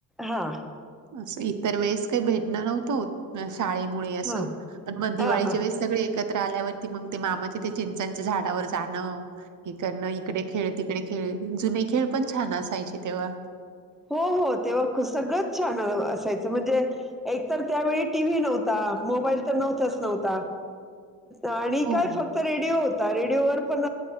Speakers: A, in the centre; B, on the right.
A: हां
B: असं इतर वेळेस कायी भेटणं नव्हतं होतं शाळेमुळे असं
A: हां
B: पण मग दिवाळीच्या
A: हां हां
B: वेळेस सगळे एकत्र आल्यावरती मग ते मामाचे ते चिंचांच्या झाडावर जाणं हे करणं यिकडे खेळ, तिकडे खेळ जुने खेळ पण छान असायचे तेव्हा
A: हो हो, तेव्हा सगळंच छान असायचं म्हणजे एक तर त्यावेळी टीव्ही नव्हता मोबाईल तर नव्हताच नव्हता आणि
B: हो,
A: काय फक् तर रेडिओ होता. रेडिओवर पण